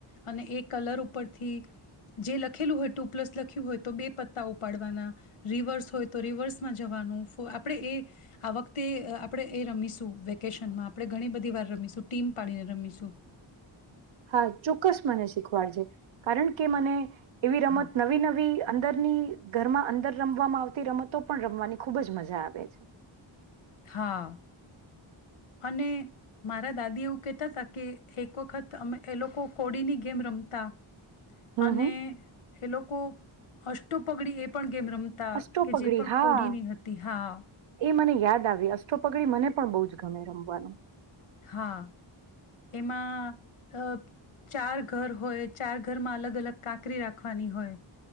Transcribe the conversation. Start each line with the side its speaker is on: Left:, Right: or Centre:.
Left: અને એ કલર ઉપરથી જે લખેલું હોય ટુ પ્લસ લખ્યું હોય તો બે પત્તા ઉપાડવાના રિવર્સ હોય તો રિવર્સમાં જવાનું આપણે એ આ વખતે આપણે એ રમીશું વેકેશનમાં આપણે ઘણી બધી વાર રમીશું ટીમ પાડીને રમીશું
Right: હા ચોક્કસ મને શીખવાડ છે કારણ કે મને એવી રમત
Left: હા.
Right: નવી નવી અંદરની ઘરમાં અંદર રમવામાં આવતી રમતો પણ રમવાની ખુબ જ મજા આવે છે
Left: હા અને મારા દાદી એવું કહેતા હતા કે એક વખત અ એ લોકો કોડીની ગેમ રમતા
Right: હમ
Left: અને
Right: હમ.
Left: એ લોકો અષ્ટો પગડી એ પણ ગેમ રમતા
Right: અષો
Left: કે
Right: પગડી
Left: જે પણ
Right: હા
Left: કોડીની હતી હા
Right: એ મને યાદ આવે અષ્ટોપગડી મને પણ બહ જ ગમે રમવાનું
Left: હા એમાં અ ચાર ઘર હોય ચાર ઘરમાં અલગ અલગ કાંકરી રાખવાની હોય